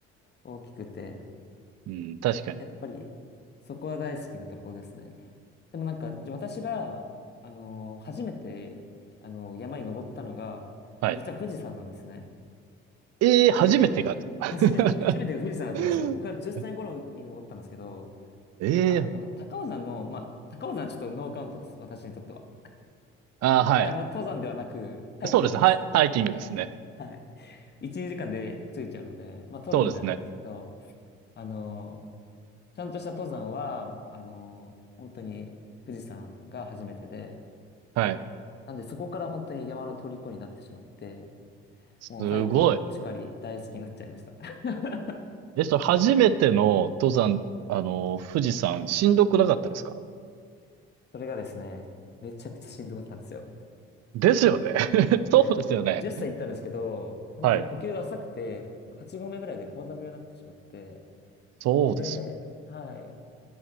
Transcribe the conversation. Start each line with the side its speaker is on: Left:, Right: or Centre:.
Left: 大きくて、
Right: うん、確かに。
Left: やっぱり、そこは大好きなところですね。でもなんか、じゃあ私が、あの、初めて、あの、山に登ったのが、
Right: はい。
Left: 実は富士山なんですね。
Right: ええ、初めてがですか
Left: で、初めて、初めてが富士山だったんですよ。
Right: <laughs>
Left: 僕は10歳頃に登ったんですけど、
Right: ええ、
Left: あ、でも高尾山の、まあ、高尾山はちょっとノーカウントです。私にとっては。
Right: ああ、はい。
Left: あれはもう登山ではなく、ハイキングです。
Right: そうですね。ハイ、ハイキングですね。
Left: はい。1、2時間で着いちゃうので、まあ、登山じゃないんですけど、
Right: そうですね。
Left: あの、ちゃんとした登山は、あの、本当に富士山が初めてで、
Right: はい。
Left: なんでそこから本当に山の虜になってしまって、
Right: すごい。
Left: もうハイキングもしっかり大好きになっちゃいました。<laughs>
Right: え、それ初めての登山、あの、富士山、しんどくなかったですか
Left: それがですね、めちゃくちゃしんどかったんですよ。
Right: ですよね。<laughs>
Left: はい。
Right: そうですよね。
Left: 10歳行ったんですけど、本当に呼吸が浅くて、
Right: はい。
Left: 8合目ぐらいで高山病になってしまって、
Right: そうですよ。
Left: で、はい。